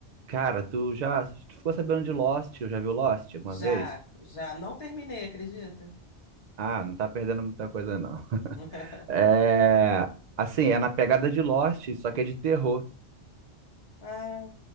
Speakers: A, on the right; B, on the left.
A: Cara, tu já tu ficou sabendo de Lost? Eu já viu Lost alguma
B: Já,
A: vez?
B: já. Não terminei, acredita?
A: Ah, não tá perdendo muita coisa, não.
B: <laughs>
A: É, assim, é na pegada de Lost, só que é de terror.
B: Ah,